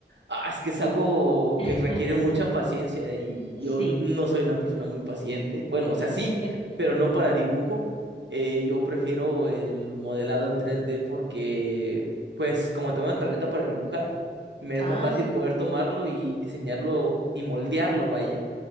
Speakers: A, on the right; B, on the left.
A: Ah, es que es algo
B: <laughs>
A: que requiere mucha paciencia y
B: Sí.
A: yo no soy una persona muy paciente. Bueno, o sea, sí,
B: <laughs>
A: pero no para dibujo. Eh, yo prefiero el modelado en tres d porque, pues, como tengo una tableta para dibujar, me es
B: Ah,
A: más fácil
B: sí.
A: poder tomarlo y diseñarlo y moldearlo, vaya.